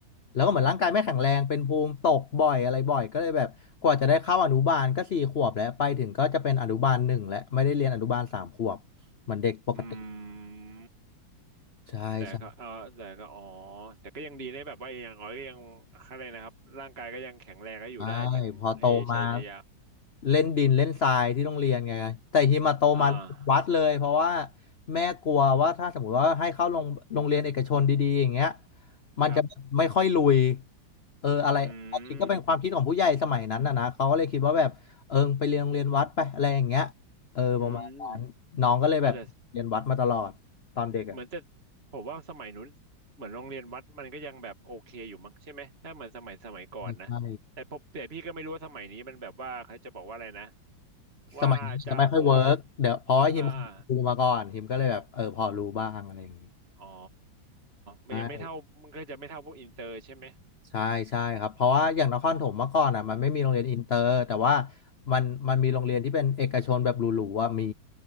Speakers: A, on the left; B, on the right.
A: แล้วก็เหมือนร่างกายไม่แข็งแรงเป็นภูมิตกบ่อยอะไรบ่อยก็เลยแบบกว่าจะได้เข้าอนุบาลก็สี่ขวบแล้วไปถึงก็จะเป็นอนุบาลหนึ่งแล้วไม่ได้เรียนอนุบาลสามขวบเหมือนเด็กปกติ
B: อืม
A: ใช่ใช่
B: แต่ก็เออแต่ก็อ๋อแต่ก็ยังดีนะแบบว่าอย่างน้อยก็ยังอะไรนะครับร่างกายก็ยังแข็งแรงก็อยู่ได้ถึงเออชัยชยะ
A: ใช่พอโตมาเล่นดินเล่นทรายที่โรงเรียนไงแต่ฮิมาโตมาวัดเลยเพราะว่า
B: อ่า
A: แม่กลัวว่าถ้าสมมติว่าให้เข้าโรงโรงเรียนเอกชนดีๆอย่างเงี้ยมันจะไม่ค่อยลุย
B: ครับ
A: เอออะไรอันนี้ก็เป็นความคิดของผู้ใหญ่สมัยนั้นนะนะเขาก็เลยคิดว่าแบบเออไปเรียนโรงเรียนวัดไปอะไรอย่างเงี้ย
B: อืม
A: เออประมาณนั้นน้องก็เลยแบบเรียนวัดมาตลอดตอนเด็กอ่ะ
B: อืมก็จะ เหมือนจะผมว่าสมัยนู้นเหมือนโรงเรียนวัดมันก็ยังแบบโอเคอยู่มั้งใช่ไหมถ้าเหมือนสมัยสมัยก่อนนะแต่ผมแต่พี่ก็ไม่รู้ว่าสมัยนี้มันแบบว่าเขาจะบอกว่าอะไรนะ
A: ใช่
B: ว่าจะโหด
A: สมัยนี้จะไม่ค่อยเวิร์กเดี๋ยวเพราะว่าฮิมเคยเป็นครูมาก่อนฮิมก็เลยแบบเออพอรู้บ้างอะไรอย่างนี้
B: เอาอาอ๋อมันยังไม่เท่ามันก็จะไม่เท่าพวกอินเตอร์ใช่ไหม
A: ใช่ใช่ใช่ครับเพราะว่าอย่างนครถมเมื่อก่อนอ่ะมันไม่มีโรงเรียนอินเตอร์แต่ว่ามันมันมีโรงเรียนที่เป็นเอกชนแบบหรูๆว่ามี